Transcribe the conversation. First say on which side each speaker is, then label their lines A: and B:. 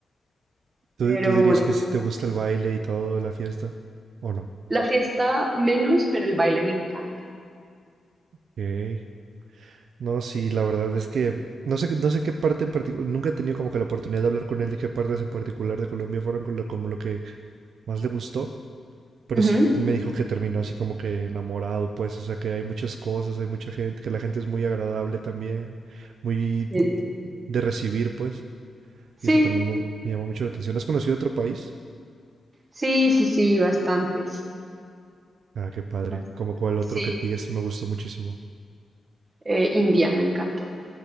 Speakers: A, on the right; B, on the right.
A: ¿Tú,
B: pero
A: tú dirías
B: bueno.
A: que sí te gusta el baile y todo, la fiesta? ¿O no?
B: La fiesta menos, pero el baile me encanta.
A: Ok. No, sí, la verdad es que no sé, no sé qué parte en particular, nunca he tenido como que la oportunidad de hablar con él de qué partes en particular de Colombia fueron con lo- como lo que más le gustó, pero
B: Ujú,
A: sí me dijo que terminó así como que enamorado, pues, o sea que hay muchas cosas, hay mucha gente, que la gente es muy agradable también, muy
B: Sí,
A: de recibir, pues.
B: sí,
A: Y eso también me, me llamó mucho la atención. ¿Has conocido otro país?
B: sí, sí, sí, bastantes.
A: Ah, qué padre.
B: Bastantes.
A: Como cuál otro
B: Sí,
A: que digas me gustó muchísimo.
B: Eh, India me encantó.